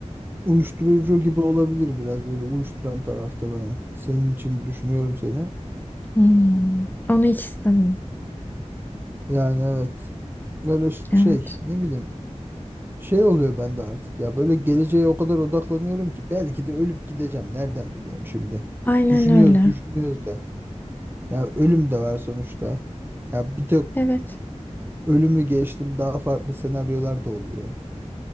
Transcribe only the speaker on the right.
uyuşturucu gibi olabilir biraz böyle uyuşturan tarafta beni. Senin için düşünüyorum seni.
Yani evet böyle
şey ne bileyim Şey oluyor bende artık ya böyle geleceğe o kadar odaklanıyorum ki belki de ölüp gideceğim. Nereden biliyorum şimdi?
Düşünüyoruz
düşünüyoruz da. Ya ölüm de var sonuçta. Ya bir tek
ölümü geçtim daha farklı senaryolar da oluyor.